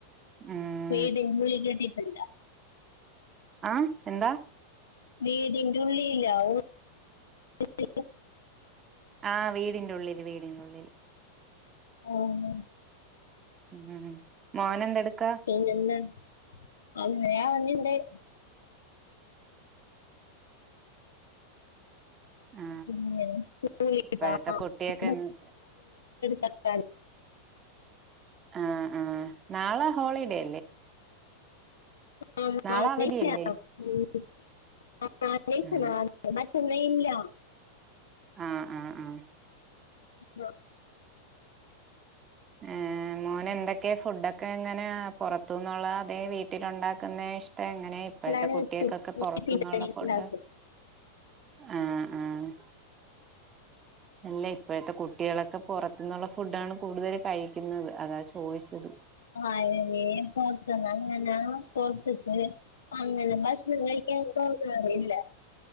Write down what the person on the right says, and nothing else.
ഉം
അഹ് എന്താ?
ആ വീടിൻ്റുള്ളില് വീടിന്റുള്ളില്.
ഹ്ഹ് മോനെന്തെടുക്കാ?
ആ
ഇപ്പോഴത്തെ
കുട്ടിയൊക്കെ എന്ത്-
ആ ആഹ് നാളെ ഹോളീഡേ
നാളെ അവധിയല്ലേ
ആഹ്
ആ ആ ആഹ്
ഏഹ് മോനെന്തൊക്കെ ഫുഡൊക്കെ എങ്ങനെ പുറത്തുന്നൊള്ളതേ വീട്ടിലുണ്ടാക്കുന്നേ ഇഷ്ടം എങ്ങനെ? പ്പഴത്തെ
കുട്ട്യെക്കൊക്കെ
പൊറത്തുന്നുള്ള
ഫുഡ് ആഹ് ആഹ്. ല്ല ഇപ്പഴത്തെ കുട്യാളൊക്ക പൊറത്ത്ന്നുള്ള ഫുഡാണ് കൂടുതൽ കഴിക്കുന്നത് അതാ ചോദിച്ചത്.